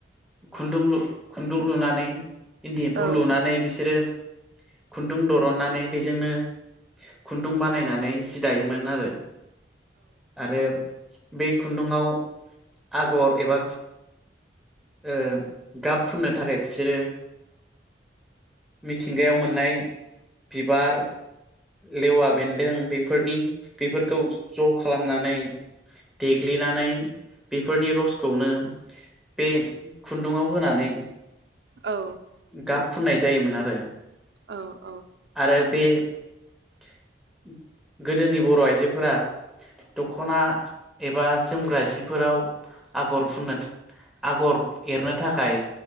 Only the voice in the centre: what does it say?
खुन्दुं लु खुन्दुं लुनानै इन्दि
लुनानै बिसोरो खुन्दुं दद नानै बेजोंनो खुन्दुं बानायनानै दायोमोन आरो आरो बे खुन्दुंआव आगर एबा ओ गाब फुननो थाखाय बिसोरो मिथिंगायाव मोननाय बिबार लेवा बेन्दों बेफोरनि बेफोरखौ ज' खालामनानै देग्लिनानै बेफोरनि रसखौनो बे खुन्दुङाव होनानै
गाब फुननाय जायोमोन आरो
आरो <unintelligible> गोदोनि बर' आइजोफोरा दख'ना एबा जोमग्रा जिफोराव आगर फुननो आगर एरनो थाखाय